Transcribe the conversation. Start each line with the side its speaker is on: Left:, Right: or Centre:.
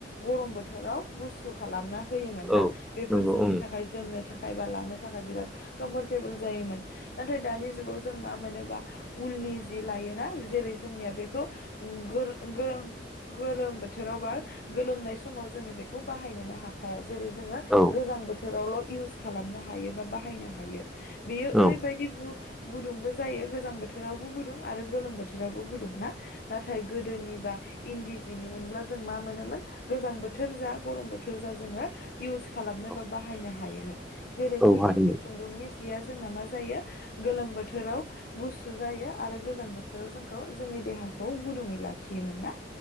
Left: गरम बोथोराव गुसु खालामना होयोमोन ना
Centre: औ
Left: बेफोर
Centre: नंगौ
Left: जोंनि
Centre: ओं
Left: थाखाय जोमनो थाखाय बा लानो थाखाय बिराद कमफर्टेबोल जायोमोन। नाथाय दानि जुगाव जों मा मोनोबा उलनि जि लायोना जेरै जोंनिया बेखौ उ गोलो गोल गोलोम बोथोराव बा गोलोमनाय समाव जोङो बेख खौ बाहायनोनो हाखाया। जेरै जोङो
Centre: औ
Left: गोजां बोथोरावल' इउस खालामनो हायो बा बाहायनो हायो। बेयो
Centre: औ
Left: ओरैबायदि गु गुदुंबो जायो गोजां बोथोरावबो गुदुं आरो गोलोम बोथोरावबो गुदुं ना नाथाय गोदोनिबा इन्दि जिनि मोनब्ला जों मा मोनोमोन गोजां बोथोर जा गरम बोथोर जा जोङो इउस खालामनो
Centre: औ
Left: बा बाहायनो हायोमोन। <inaudible> जेरैहाय
Centre: औ हायोमोन
Left: इन्दि खुन्दुंनि जिया जोंना मा जायो गोलोम बोथोराव गुसु जायो आरो गोजां बोथोराव जोंखौ जोंनि देहाखौ गुदुङै लाखियोमोन ना?